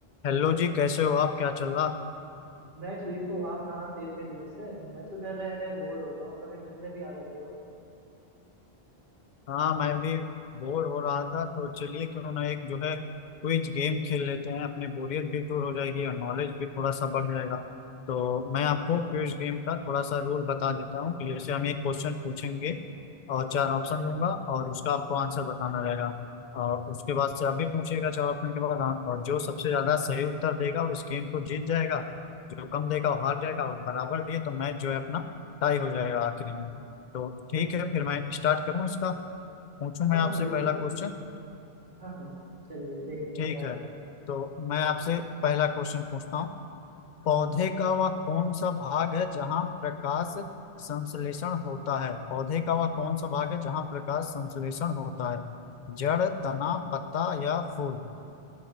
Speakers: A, on the left; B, on the right.
A: Hello जी कैसे हो आप क्या चल रहा
B: मैं ठीक हूँ आप कहाँ थे इतने दिनों से मैं तो घर रह रहे बोर हो रहा हूँ कभी मिलने भी आया किया हो
A: हाँ मैं भी बोर हो रहा था तो चलिए क्यों ना एक जो है क्विज गेम खेल लेते हैं अपनी बोरियत भी दूर हो जाएगी और नॉलेज भी थोड़ा सा बढ़ जाएगा तो
B: हाँ
A: मैं आपको क्विज गेम का थोड़ा सा रूल बता देता हूँ कि जैसे हम एक क्वेश्चन पूछेंगे और चार ऑप्शन दूंगा और उसका आपको आंसर बताना रहेगा और उसके बाद से आप भी पूछिएगा चार ऑप्शन के बाद हाँ, और जो सबसे ज्यादा सही उत्तर देगा वो इस गेम को जीत जाएगा जो कम देगा वो हार जाएगा और बराबर दिए तो मैच जो है अपना टाई हो जाएगा आखिरी में तो ठीक
B: हाँ
A: है फिर मैं स्टार्ट करूँ इसका पूछूं
B: हाँ
A: मैं आपसे
B: हाँ बिल्कुल
A: पहला क्वेश्चन
B: हाँ हाँ चलिए देखते हैं
A: ठीक
B: क्या है
A: है
B: क्वेश्चन
A: तो मैं आपसे पहला क्वेश्चन पूछता हूँ पौधे
B: हाँ
A: का वह कौन सा भाग है जहाँ प्रकाश संश्लेषण होता है पौधे का वह कौन सा भाग है जहाँ प्रकाश संश्लेषण होता है जड़ तना पत्ता या फूल